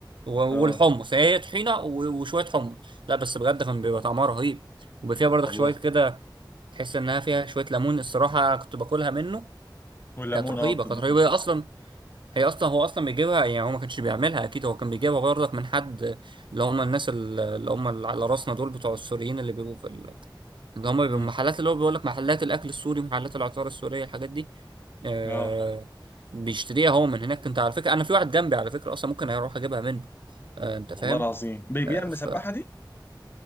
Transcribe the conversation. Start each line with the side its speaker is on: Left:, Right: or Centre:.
Right: و-
Left: اه
Right: والحمص هي هي طحينه و- وشويه حمص لا بس بجد كان بيبقى طعمها رهيب وبيبقى فيها برضك
Left: والله
Right: شويه كده تحس انها فيها شويه ليمون الصراحه كنت باكلها منه
Left: والليمون
Right: كانت رهيبه
Left: اه بتضيفها
Right: كانت رهيبه هي اصلا هي اصلا هو اصلا بيجيبها يعني هو ما كانش بيعملها اكيد هو كان بيجيبها برضك من حد اللي هم الناس ال- اللي هم اللي على راسنا دول بتوع السوريين اللي بيبقوا في ال- اللي هم بيبقوا
Left: امم
Right: محلات اللي هو بيقول لك محلات الاكل السوري محلات العطار السوريه الحاجات دي آه
Left: اه
Right: بيشتريها هو من هناك انت على فكره انا في واحد جنبي على فكره اصلا ممكن اروح اجيبها منه آه انت فاهم
Left: والله العظيم بيبيع
Right: آه
Left: المسبحه
Right: ف
Left: دي